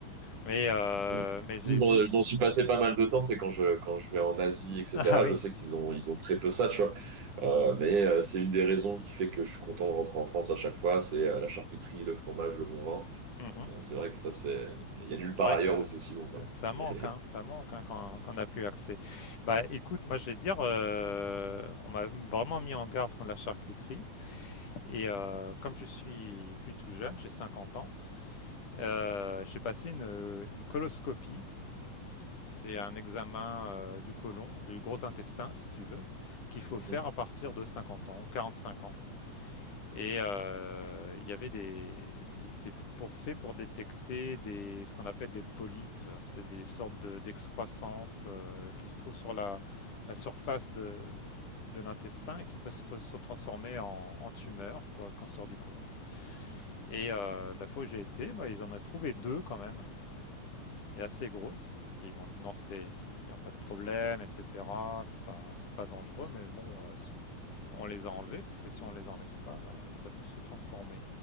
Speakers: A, on the left; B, on the right.
A: Mais, euh,
B: <laughs> mm.
A: mais j'ai
B: Bon,
A: vu.
B: je m'en suis passé pas mal de temps, c'est quand je, quand je vais en Asie, etc.
A: <laughs> Ah oui,
B: Je sais qu'ils ont, ils ont très peu ça, tu vois. Euh, mais euh, c'est une des raisons qui fait que je suis content de rentrer en France à chaque fois, c'est euh, la charcuterie, le fromage, le bon vin.
A: mhm.
B: Euh, c'est vrai que ça, c'est, il y a nulle
A: C'est
B: part
A: vrai
B: ailleurs
A: que ça,
B: où c'est aussi bon, quand
A: ça manque,
B: <laughs>
A: hein, ça manque hein, quand, quand on n'a plus accès. Bah écoute, moi je vais te dire, euh, on m'a vraiment mis en garde contre la charcuterie. Et euh, comme je suis plus tout jeune, j'ai 50 ans, euh, j'ai passé une, une coloscopie. C'est un examen euh, du côlon, du gros intestin, si tu veux, qu'il faut
B: Mhm.
A: faire à partir de 50 ans, 45 ans. Et euh, il y avait des, c'est pour fait pour détecter des, ce qu'on appelle des polypes. C'est des sortes de- d'excroissances euh, qui se trouvent sur la, la surface de, de l'intestin et qui peuvent se se transformer en, en tumeur, quoi, cancer du côlon. Et euh, la fois où j'ai été, bah, ils en ont trouvé deux quand même est assez grosse. Et ils m'ont dit non, c'était, il n'y a pas de problème, etc. C'est pas, c'est pas dangereux, mais bon, euh, si vous- on les a enlevés parce que si on les enlève pas, bah, ça peut se transformer.